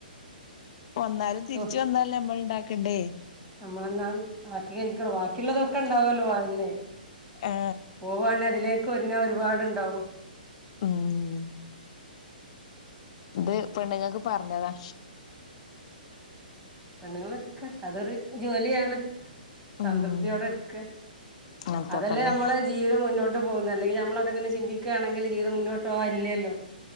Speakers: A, on the left; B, on the right.
A: വന്നാലും തിരിച്ച്
B: ഓ
A: വന്നാലും ഞമ്മൾ ഇണ്ടാക്കണ്ടേ?
B: നമ്മളെന്നാ ബാക്കി കഴിക്കട ബാക്കിള്ളതൊക്കെ ഇണ്ടാവല്ലോ വന്നെ
A: ആ
B: പോവാണ് അതിലേക്ക് ഒരുങ്ങാൻ ഒരു പാടുണ്ടാവും
A: ഉം ഇത് പെണ്ണ്ങ്ങക്ക് പർഞ്ഞതാ
B: പെണ്ണുങ്ങള് ഇട്ക്ക അതൊരു ജോലിയാണ്
A: ഉം
B: സംതൃപ്തിയോടെ ഇട്ക്ക
A: അത്ര
B: അതല്ലേ
A: തന്നെ
B: നമ്മള് ജീവിതം മുന്നോട്ട് പോകുന്ന അലങ്കിൽ നമ്മളൊക്കെ ഇങ്ങനെ ചിന്തിക്കാണെങ്കിൽ ജീവിതം മുന്നോട്ട് പോക ഇല്ലല്ലോ